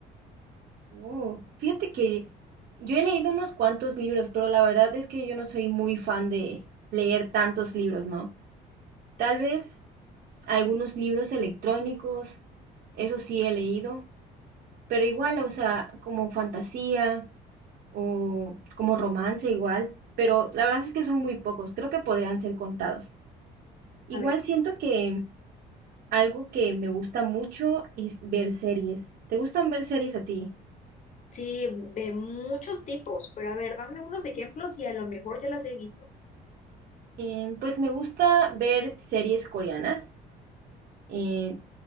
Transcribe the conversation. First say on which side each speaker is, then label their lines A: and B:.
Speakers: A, on the right; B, on the left.
A: Oh, fíjate que yo he leído unos cuantos libros, pero la verdad es que yo no soy muy fan de leer tantos libros, ¿no? Tal vez algunos libros electrónicos, eso sí he leído, pero igual, o sea, como fantasía o como romance igual, pero la verdad es que son muy pocos, creo que podrían ser contados. Igual
B: A ver,
A: siento que Algo que me gusta mucho es ver series. ¿Te gustan ver series a ti?
B: sí, de muchos tipos, pero a ver, dame unos ejemplos y a lo mejor ya las he visto.
A: Eh, pues me gusta ver series coreanas. Eh,